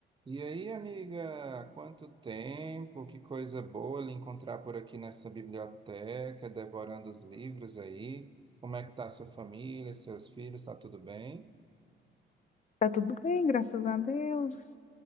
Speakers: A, on the right (about 25°); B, on the left (about 40°).
A: E aí, amiga, quanto tempo, que coisa boa lhe encontrar por aqui nessa biblioteca, devorando os livros aí. Como é que tá a sua família, seus filhos, tá tudo bem?
B: Tá tudo bem, graças a Deus.